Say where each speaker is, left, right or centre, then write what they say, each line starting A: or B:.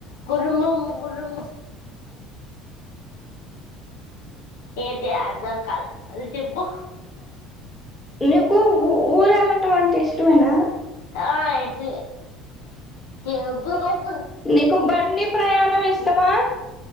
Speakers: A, on the left (about 65°); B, on the left (about 15°).
A: కుటుంబం ముగ్గురు ఏటి అర్ధంకాలే మల్లి చెప్పు
B: నీకుఊ ఊరు వెళ్ళటం అంటే ఇష్టమేనా
A: అస్ ఎప్పుడు కా
B: నీకు బండి ప్రయాణం ఇష్టమా